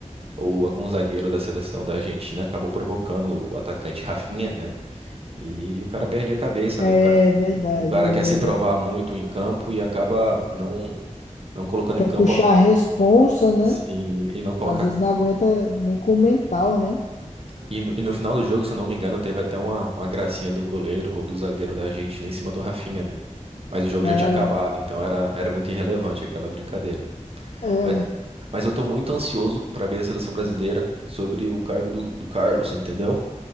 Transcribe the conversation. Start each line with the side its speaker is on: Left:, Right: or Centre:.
Right: ou algum zagueiro da seleção da Argentina acabou provocando o atacante Rafinha, né? E o cara perde a cabeça,
Left: É
Right: né? O cara,
Left: verdade,
Right: o cara
Left: eu
Right: quer
Left: lembro.
Right: se provar muito em campo e acaba não não colocando
Left: Quer
Right: em campo
Left: puxar a responsa, né?
Right: Sim, e não colocar.
Left: Às vezes não aguenta nem com o mental, né?
Right: E no, e no final do jogo, se eu não me engano, teve até uma, uma gracinha do goleiro ou do zagueiro da Argentina em cima do Rafinha, né? Mas o jogo
Left: Aí
Right: já tinha
Left: eu
Right: acabado,
Left: lembro.
Right: então era, era muito irrelevante aquela brincadeira.
Left: É.
Right: Mas, mas eu tô muito ansioso pra ver a seleção brasileira sobre o cargo do, do Carlos, entendeu?